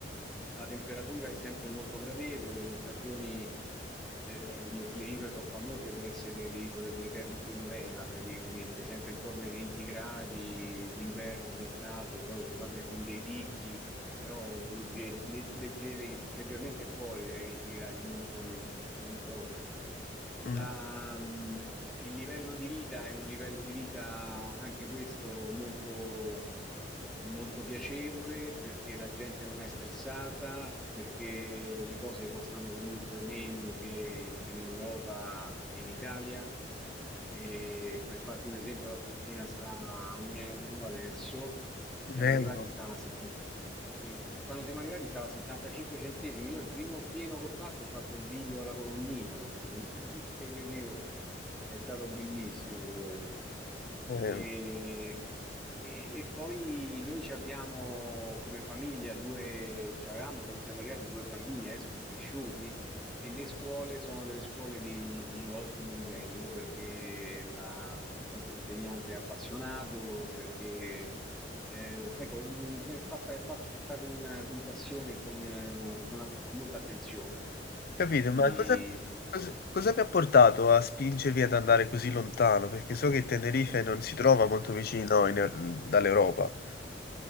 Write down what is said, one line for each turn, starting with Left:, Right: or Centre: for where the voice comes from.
Centre: la temperatura è sempre molto gradevole, le stagioni, eh, le, le isole sono famose per essere le isole dell'eterna primavera praticamente, sempre intorno ai 20 gradi d'inverno, d'estate, poi vabbè con dei picchi però legge- le- leggeri- leggermente fuori dai 20 gradi, non, non- non troppo.
Left: mm,
Centre: La- mh, il livello di vita è un livello di vita anche questo molto, molto piacevole perché la gente non è stressata, perché le cose costano comunque meno che in Europa e in Italia. E per farti un esempio, la benzina sta a un euro adesso, quando
Left: un
Centre: siamo arrivati
Left: euro.
Centre: stava a 70. Sì, eh, Quando siamo arrivati stava a 75 centesimi. Io il primo pieno che ho fatto, ho fatto il video alla colonnina perché non, <laughs> non ci credevo. È stato bellissimo proprio.
Left: Eh,
Centre: E, e- e poi noi ci abbiamo come famiglia due, ci avevamo quando siamo arrivati due bambini, adesso sono cresciuti e le scuole sono delle scuole di, di ottimo livello perché la- il corpo insegnante è appassionato, perché eh, ecco, mh, è fatta, è fatta con, con passione e con, eh, con una- con molta attenzione.
Left: capito,
Centre: Quindi
Left: ma cosa, cosa, cosa vi ha portato a spingervi ad andare così lontano? Perché so che Tenerife non si trova molto vicino in- dall'Europa.